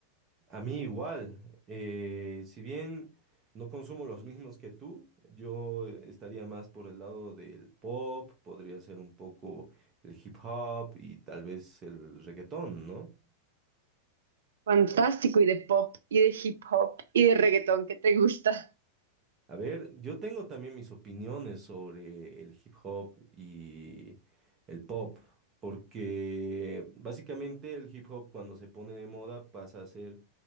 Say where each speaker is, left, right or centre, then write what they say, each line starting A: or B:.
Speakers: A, on the right; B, on the right.
A: a mí igual. eh, si bien no consumo los mismos que tú, yo estaría más por el lado del pop, podría ser un poco el hip hop y tal vez el reggaetón, ¿no?
B: Fantástico. Y de pop, y de hip hop, y de reggaetón que te gusta.
A: A ver, yo tengo también mis opiniones sobre el hip hop y el pop, porque básicamente el hip hop cuando se pone de moda pasa a ser